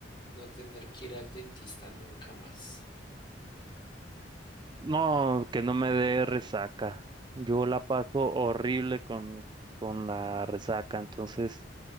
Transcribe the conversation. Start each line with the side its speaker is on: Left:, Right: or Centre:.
Left: no tener que ir al dentista nunca más.
Right: No, que no me dé resaca. Yo la paso horrible con, con la resaca, entonces...